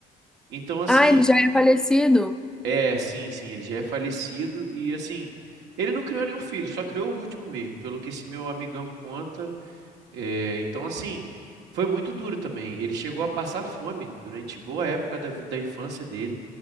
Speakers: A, on the right; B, in the centre.
A: Então, assim,
B: Ah, ele já é falecido?
A: É, sim, sim, ele já é falecido e assim, ele não criou nenhum filho, só criou o último mesmo, pelo que esse meu amigão conta. É, então, assim, foi muito duro também. Ele chegou a passar fome durante boa época da, vi- da infância dele